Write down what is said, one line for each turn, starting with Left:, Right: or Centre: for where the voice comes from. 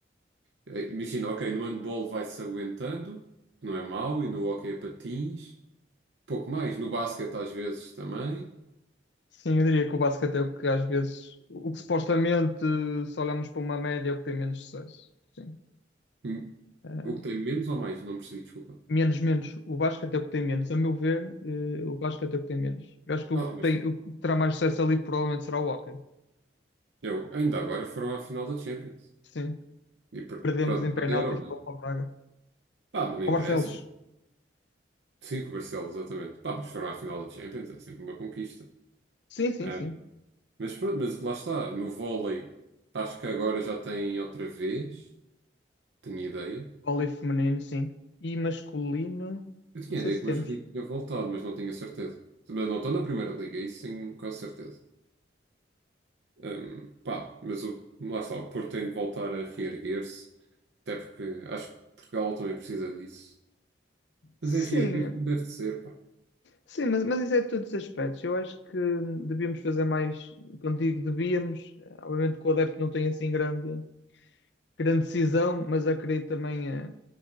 Right: Eh, Imagina, ok, no handball vai-se aguentando, que não é mau, e no hóquei a patins, pouco mais. No basquete às vezes também.
Left: Sim, eu diria que o basquete é o que às vezes, o que supostamente, se olharmos para uma média, é o que tem menos sucesso. Sim.
Right: Hum,
Left: Eh,
Right: O que tem menos ou mais? Não percebi, desculpa.
Left: menos, menos. O basquete é o que tem menos. A meu ver, eh, o basquete é o que tem menos. Eu acho que
Right: Ah,
Left: o que
Right: mas
Left: tem, o que terá mais sucesso ali provavelmente será o hóquei.
Right: Eu, ainda agora foram à final da Champions.
Left: Sim.
Right: E per-
Left: Perdemos
Right: pronto,
Left: em penaltis
Right: perderam,
Left: para
Right: mas
Left: o Braga.
Right: pá, mas não interessa.
Left: O Barcelos.
Right: Sim, com o Barcelos, exatamente. Pá, mas foram à final da Champions, é sempre uma conquista.
Left: Sim, sim,
Right: É.
Left: sim.
Right: Mas pronto, mas lá está, no vôlei, acho que agora já tem outra vez, tenho ideia.
Left: Vôlei feminino, sim. E masculino,
Right: Eu tinha
Left: não sei
Right: ideia
Left: se
Right: que
Left: temos.
Right: o masculino tinha voltado, mas não tinha certeza. Mas não estão na primeira liga, isso tenho quase certeza. Hum, pá, mas o, lá está, o Porto tem de voltar a reerguer-se, até porque acho que Portugal também precisa disso. Mas
Left: Sim,
Right: é reerguer-se como deve de ser, pá.
Left: Sim, mas, mas isso é de todos os aspectos. Eu acho que hum, devíamos fazer mais, quando digo devíamos, eh, obviamente que o adepto não tem assim grande, grande decisão, mas acredito também eh,